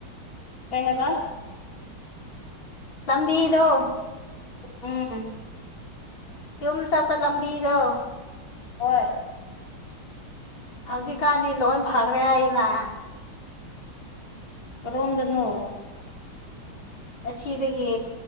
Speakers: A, on the left; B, on the left.
A: ꯀꯩ ꯍꯥꯏꯕ
B: ꯂꯝꯕꯤꯗꯣ
A: ꯎꯝ
B: ꯌꯨꯝ ꯆꯠꯄ ꯂꯝꯕꯤꯗꯣ
A: ꯍꯣꯏ
B: ꯍꯧꯖꯤꯛꯀꯥꯟꯗꯤ ꯂꯣꯏ ꯐꯒ꯭ꯔꯦ ꯍꯥꯏꯅ
A: ꯀꯔꯣꯝꯗꯅꯣ
B: ꯑꯁꯤꯗꯒꯤ